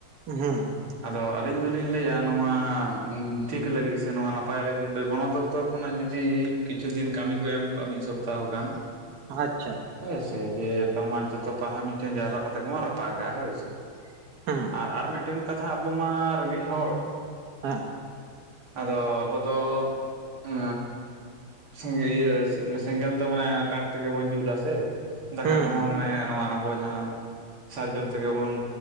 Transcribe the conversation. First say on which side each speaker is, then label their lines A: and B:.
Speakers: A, on the right; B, on the right.
A: ᱦᱩᱸ
B: ᱟᱫᱚ ᱟᱹᱞᱤᱧ ᱫᱚᱞᱤᱧ ᱞᱟᱹᱭᱟ, ᱱᱚᱣᱟ ᱴᱷᱤᱠ ᱞᱟᱹᱜᱤᱫ ᱥᱮ ᱱᱚᱣᱟ ᱱᱟᱯᱟᱭ ᱞᱟᱹᱜᱤᱫ ᱫᱚ ᱵᱚᱱᱚᱫᱚᱯᱛᱚᱨ ᱠᱷᱚᱱᱟᱜ ᱡᱩᱫᱤ ᱠᱤᱪᱷᱩ ᱫᱤᱱ ᱠᱟᱹᱢᱤ ᱠᱚ ᱮᱢ ᱠᱚᱜᱼᱟ ᱢᱤᱫ ᱥᱚᱯᱛᱟᱦᱚ ᱜᱟᱱ
A: ᱟᱪᱪᱷᱟ ᱾
B: ᱦᱳᱭ ᱥᱮ ᱡᱮ ᱱᱮᱛᱟᱨ ᱢᱟ ᱡᱚᱛᱚ ᱯᱟᱞᱦᱟ ᱢᱤᱫᱴᱷᱮᱱ ᱡᱟᱣᱨᱟ ᱠᱟᱛᱮ ᱵᱚᱱ ᱨᱟᱯᱟᱜᱟ ᱦᱳᱭ ᱥᱮ ᱾
A: ᱦᱩᱸ
B: ᱟᱨ ᱟᱨ ᱢᱮᱫᱴᱮᱱ ᱠᱟᱛᱷᱟ ᱟᱵᱚ ᱢᱟ ᱨᱮᱸᱜᱮᱡ ᱦᱚᱲ
A: ᱦᱮᱸ᱾
B: ᱟᱫᱚ ᱟᱵᱚ ᱫᱚ ᱮᱻ ᱥᱚᱝᱜᱮ ᱤᱭᱟᱹ ᱥᱮᱸᱜᱮᱞ ᱫᱚ ᱢᱟᱱᱮ ᱠᱟᱴ ᱛᱮᱜᱮ ᱵᱚᱱ ᱡᱩᱞᱟ ᱥᱮ ᱫᱟᱠᱟ
A: ᱦᱩᱸ
B: ᱠᱚᱦᱚᱸ
A: ᱦᱩᱸ
B: ᱢᱟᱱᱮ ᱱᱚᱣᱟ ᱟᱵᱚ ᱡᱟᱸᱦᱟ ᱥᱟᱨᱡᱚᱢ ᱛᱮᱜᱮ ᱵᱚᱱ